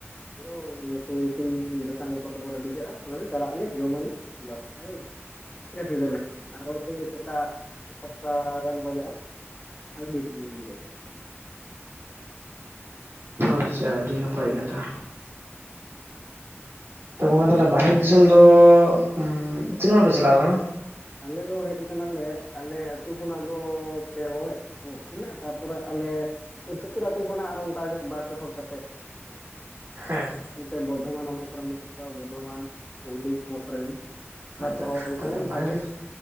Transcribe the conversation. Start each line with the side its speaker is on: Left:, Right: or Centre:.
Left: ᱟᱭᱳᱣ ᱩᱱᱠᱩ ᱤᱥᱤᱱ ᱵᱟᱥᱟᱝ ᱠᱚᱛᱮ ᱠᱚ ᱨᱮᱰᱤ ᱠᱟᱜᱼᱟ ᱟᱞᱮᱫᱚ ᱪᱟᱞᱟᱜ ᱟᱞᱮ ᱡᱚᱢ ᱟᱞᱮ <unintelligible> ᱡᱟᱹᱯᱤᱫᱟᱞᱮ ᱟᱨᱚ ᱥᱮᱭ ᱥᱮᱛᱟᱜ ᱥᱟᱛᱴᱟ ᱜᱟᱱ ᱵᱟᱡᱟᱜᱼᱟ ᱟᱴ <unintelligible>
Right: ᱟᱪᱪᱷᱟ ᱟᱹᱰᱤ ᱱᱟᱯᱟᱭ ᱠᱟᱛᱷᱟ ᱛᱚ ᱜᱚᱝᱠᱮ ᱛᱟᱞᱦᱮ ᱵᱟᱦᱮᱨ ᱫᱤᱥᱚᱢ ᱫᱚ ᱩᱢᱻ ᱛᱤᱱᱟᱹᱜ ᱦᱚᱲ ᱯᱮ ᱪᱟᱞᱟᱣ ᱠᱟᱱᱟ?
Left: ᱟᱞᱮ ᱫᱚ ᱦᱮᱡ ᱟᱠᱟᱱᱟᱞᱮ ᱟᱞᱮ ᱟᱹᱛᱩ ᱠᱷᱚᱱᱟᱜ ᱫᱚ ᱯᱮ ᱦᱚᱲ ᱚᱱᱮ ᱵᱟᱠᱚ ᱢᱮᱱᱟ ᱛᱟᱯᱚᱨᱮ ᱟᱞᱮ ᱥᱩᱨ ᱥᱩᱯᱩᱨ ᱟᱹᱛᱩᱳ ᱠᱷᱟᱱᱟᱜ ᱟᱨᱚ ᱚᱱᱴᱝᱠᱟᱜᱮ ᱵᱟᱨ ᱯᱮ ᱦᱚᱲ ᱠᱟᱛᱮᱜ ᱦᱮᱸ
Right: ᱦᱮᱸ
Left: ᱱᱚᱛᱮ ᱵᱚᱨᱫᱷᱚᱢᱟᱱ ᱚᱱᱟ ᱠᱚᱨᱮᱱ ᱢᱮᱱᱟᱜ ᱠᱚᱣᱟ ᱵᱚᱨᱫᱷᱚᱢᱟᱱ ᱦᱩᱜᱽᱞᱤ ᱚᱱᱟ ᱠᱚᱨᱮᱱ ᱵᱟᱨᱯᱮ
Right: ᱟᱪᱪᱷᱟ
Left: ᱦᱚᱲ ᱩᱱᱠᱩ
Right: ᱛᱟᱦᱚᱞᱮ
Left: ᱦᱚᱸ ᱚᱱᱠᱟ
Right: ᱵᱟᱦᱮᱨ
Left: ᱜᱮ
Right: ᱫᱤᱥ